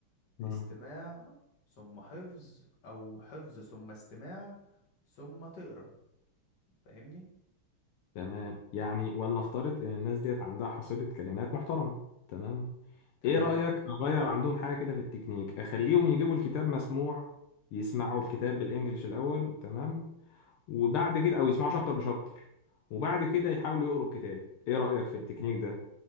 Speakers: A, on the left; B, on the left.
A: مم.
B: استماع ثم حفظ او حفظ ثم استماع ثم تقرا فاهمني
A: تمام يعني ولنفترض ان الناس ديت عندها حصيله كلمات محترمه تمام
B: تمام
A: ايه رأيك اغير عندهم حاجة كده في التكنيك اخليهم يجيبوا الكتاب مسموع يسمعوا الكتاب بالانجلش الاول تمام وبعد كده او يسمعوا شابتر بشابتر وبعد كده يحاولوا يقروا الكتاب ايه رأيك في التكنيك ده